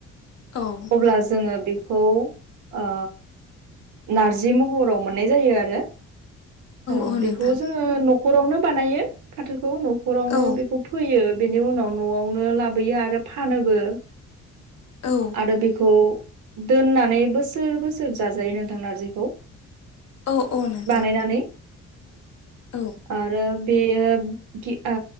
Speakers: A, on the left; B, on the right.
A: औ
B: अब्ला जोङो बेखौ ओ नारजि महराव मोननाय जायो आरो ओ
A: औ नोंथां
B: बेखौ जोङो न खरावनो बानायो फाथोखौ न'खरावनो
A: औ
B: बेखौ फोयो बेनि उनाव न'आवनो लाबोयो आरो फानोबो।
A: औ
B: आरो बेखौ दोननानै बोसोर बोसोर जाजायो नोंथां नारजिखौ।
A: औ औ नोंथां।
B: नानै
A: औ।
B: आरो बेयो गि ओ